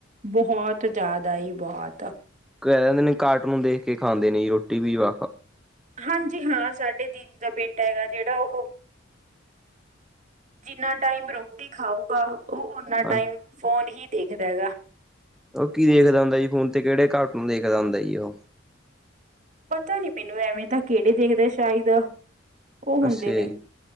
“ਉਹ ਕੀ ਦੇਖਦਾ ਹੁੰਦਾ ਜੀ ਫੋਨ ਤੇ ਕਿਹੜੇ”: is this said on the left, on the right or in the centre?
Centre